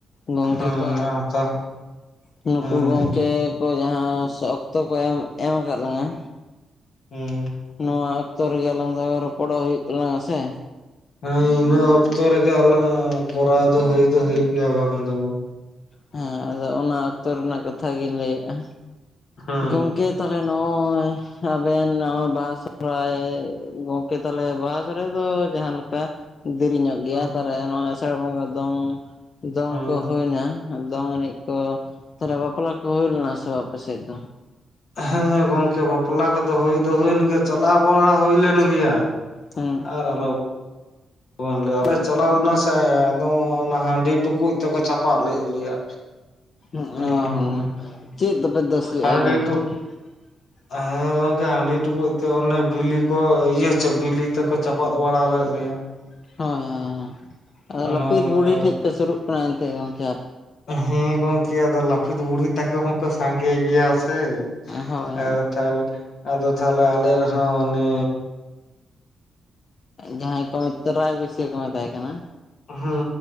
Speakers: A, on the left (about 50°); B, on the left (about 70°).
A: ᱜᱚᱝᱠᱮ
B: ᱦᱩᱸ
A: ᱠᱚᱣᱟᱜ
B: ᱦᱟᱛᱟ
A: ᱱᱩᱠᱩ
B: ᱦᱩᱸ
A: ᱜᱚᱢᱠᱮ ᱠᱚ ᱡᱟᱦᱟᱸ ᱚᱠᱛᱚ ᱠᱚ ᱮᱢ ᱮᱢ ᱟᱠᱟᱫ ᱞᱟᱝᱟ
B: ᱦᱩᱸ᱾
A: ᱱᱚᱣᱟ ᱚᱠᱛᱚ ᱨᱮᱜᱮ ᱟᱞᱟᱝ ᱫᱚ ᱨᱚᱯᱚᱲᱚᱜ ᱦᱩᱭᱩᱜ ᱛᱟᱞᱟᱝᱟ ᱥᱮ
B: ᱦᱮᱸ ᱤᱱᱟᱹ ᱚᱠᱛᱚ ᱨᱮᱜᱮ ᱟᱞᱟᱝ ᱠᱚᱨᱟᱣ ᱫᱚ ᱦᱩᱭ ᱫᱚ ᱦᱩᱭᱩᱜ ᱜᱮᱭᱟ ᱵᱟᱝ ᱫᱚ ᱵᱟᱝ?
A: ᱦᱮᱸ ᱟᱫᱚ ᱚᱱᱟ ᱚᱠᱛᱚ ᱨᱮᱱᱟᱜ ᱠᱟᱛᱷᱟ ᱜᱤᱧ ᱞᱟᱹᱭᱮᱫᱼᱟ
B: ᱦᱩᱸ
A: ᱜᱚᱢᱠᱮ ᱛᱚᱞᱮ ᱱᱚᱜᱼᱚᱭ ᱟᱵᱮᱱ ᱱᱚᱜᱼ ᱵᱟᱦᱟ ᱥᱚᱦᱚᱨᱟᱭ ᱜᱚᱝᱠᱮ ᱛᱟᱞᱦᱮ ᱵᱟᱦᱟ ᱥᱚᱦᱚᱨᱟᱭ ᱫᱚ ᱡᱟᱦᱟᱸ ᱞᱮᱠᱟ ᱫᱮᱨᱤᱧᱚᱜ ᱜᱮᱭᱟ
B: ᱦᱩᱸ
A: ᱛᱟᱦᱚᱞᱮ ᱱᱚᱜᱚᱭ ᱟᱥᱟᱲ ᱵᱚᱸᱜᱟ ᱫᱚᱝ ᱫᱚᱝ
B: ᱦᱩᱸ
A: ᱠᱚ ᱦᱩᱭᱱᱟ ᱫᱚᱝ ᱮᱱᱮᱡ ᱛᱚ ᱛᱟᱦᱚᱞᱮ ᱵᱟᱯᱞᱟ ᱠᱚ ᱦᱩᱭᱞᱱᱟ ᱥᱮ ᱵᱟᱝ ᱟᱯᱮ ᱥᱮᱫ ᱫᱚ?
B: ᱦᱮᱸ ᱜᱚᱝᱠᱮ ᱵᱟᱯᱞᱟ ᱠᱚᱫᱚ ᱦᱩᱭ ᱫᱚ ᱦᱩᱭᱮᱱ ᱜᱮᱭᱟ ᱪᱟᱞᱟᱣ ᱵᱟᱲᱟ ᱦᱩᱭ ᱞᱮᱱ ᱜᱮᱭᱟ᱾
A: ᱦᱮᱸ᱾
B: ᱟᱨ ᱟᱞᱚᱢ ᱚ ᱟᱞᱮ ᱪᱟᱞᱟᱣ ᱞᱮᱱᱟ ᱥᱮ ᱮᱫᱚᱢ ᱚᱱᱟ ᱦᱟᱺᱰᱤ ᱴᱩᱠᱩᱡ ᱛᱮᱠᱚ ᱪᱟᱯᱟᱫ ᱞᱮᱫ ᱞᱮᱭᱟ᱾
A: ᱚ
B: ᱦᱩᱸ
A: ᱦᱚᱸ
B: ᱦᱩᱸ
A: ᱪᱮᱫ ᱫᱚᱯᱮ ᱫᱳᱥ ᱞᱮᱜᱼᱟ
B: ᱦᱟᱺᱰᱤ
A: ᱜᱚᱝᱠᱮ?
B: ᱴᱩᱠ
A: <inaudible>
B: ᱦᱮᱸ ᱜᱚᱝᱠᱮ ᱦᱟᱺᱰᱤ ᱴᱩᱠᱩᱡ ᱛᱮ ᱚᱱᱮ ᱵᱤᱞᱤ ᱠᱚ ᱤᱭᱟᱹ ᱵᱤᱞᱤ ᱛᱮᱠᱚ ᱪᱟᱯᱟᱫ ᱵᱟᱲᱟ ᱞᱮᱫ ᱞᱮᱭᱟ᱾
A: ᱦᱳᱭ ᱦᱳᱭ ᱦᱳᱭ ᱟᱫᱚ ᱞᱟᱹᱯᱤᱛ
B: ᱱᱚᱜᱼᱚ ᱱᱚᱝᱠᱟ
A: ᱵᱩᱲᱦᱤ ᱴᱷᱮᱡ ᱯᱮ ᱥᱩᱨᱩᱜ ᱠᱟᱱᱟ ᱮᱱᱛᱮᱫ ᱜᱚᱢᱠᱮ
B: ᱦᱮᱸ ᱜᱚᱝᱠᱮ ᱟᱫᱚ ᱞᱟᱯᱤᱛ ᱵᱩᱲᱦᱤ ᱛᱟᱠᱚ ᱦᱚᱸᱠᱚ ᱥᱟᱸᱜᱮ ᱜᱮᱭᱟ ᱥᱮ᱾
A: ᱦᱳᱭ ᱦᱳᱭ
B: ᱮᱸ ᱛᱟᱦᱚᱞᱮ ᱟᱫᱚ ᱛᱟᱦᱚᱞᱮ ᱟᱞᱮ ᱨᱮᱱ ᱦᱚ ᱩᱱᱤ
A: ᱡᱟᱦᱟᱸᱭ ᱠᱚ ᱨᱟᱭ ᱵᱟᱹᱭᱥᱭᱟᱹ ᱠᱚ ᱢᱮᱛᱟᱭ ᱠᱟᱱᱟ
B: ᱦᱩᱸ